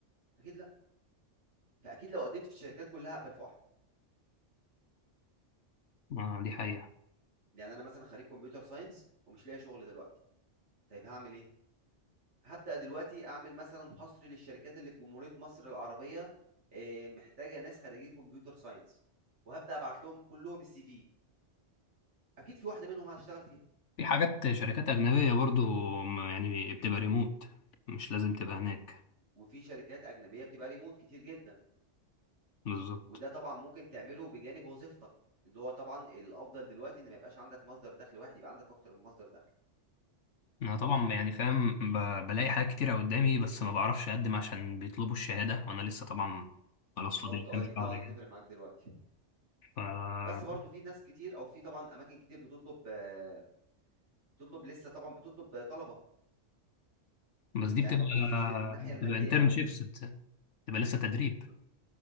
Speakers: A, on the right; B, on the left.
A: اكيد لا فاكيد لو قدمت في الشركات كلها هقبل في واحدة
B: ما دي حقيقه
A: يعني انا مثلا خريج كمبيوتر ساينس ومش لاقي شغل دلوقتي طيب هعمل ايه هبدأ دلوقتي اعمل مثلا حصر للشركات اللي في جمهورية مصر العربية آه، محتاجة ناس خريجين كمبيوتر ساينس وهبدأ ابعت لهم كلهم السي في اكيد في واحدة منهم هشتغل فيها
B: في حاجات شركات أجنبية برضو م- يعني بتبقى ريموت مش لازم تبقى هناك
A: وفي شركات أجنبية بتبقى ريموت كتير جدا
B: بالظبط
A: وده طبعا ممكن تعمله بجانب وظيفتك اللي هو طبعا الافضل دلوقتي ان ما يبقاش عندك مصدر دخل واحد يبقى عندك اكتر من مصدر دخل
B: أنا طبعا يعني فاهم ب- بلاقي حاجات كتيرة قدامي بس ما بعرفش أقدم عشان بيطلبوا الشهادة وأنا لسه طبعا خلاص
A: بالظبط
B: فاضل لي
A: اه
B: كام
A: دي طبعا
B: شهر يعني
A: هتفرق معاك دلوقتي
B: ف
A: بس برضو في ناس كتير او في طبعا اماكن كتير بتطلب آه، بتطلب لسه طبعا بتطلب طلبه
B: بس دي
A: يعني
B: بتبقى
A: ما تبصش للناحيه
B: بتبقى
A: الماديه
B: انترنشيبس
A: قوي
B: بتبقى لسه تدريب
A: ب-